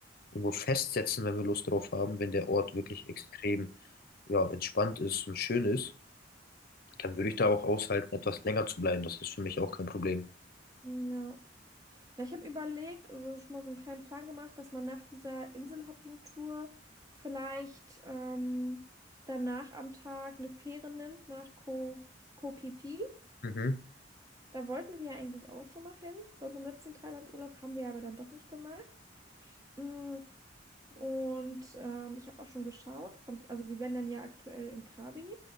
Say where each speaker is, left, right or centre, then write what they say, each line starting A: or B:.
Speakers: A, on the left; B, on the right.
A: irgendwo festsetzen, wenn wir Lust drauf haben, wenn der Ort wirklich extrem ja, entspannt ist und schön ist, dann würde ich da auch aushalten, etwas länger zu bleiben. Das ist für mich auch kein Problem.
B: Ja. Ja, ich habe überlegt oder schon mal so einen kleinen Plan gemacht, dass man nach dieser Inselhopping-Tour vielleicht ähm, danach am Tag eine Fähre nimmt nach Ko Koh Phi Phi.
A: Mhm.
B: Da wollten wir ja eigentlich auch schon mal hin. Bei unserem letzten Thailand-Urlaub haben wir aber dann doch nicht gemacht. Mm, Und ähm, ich habe auch schon geschaut, von, also wir wären dann ja aktuell in Krabi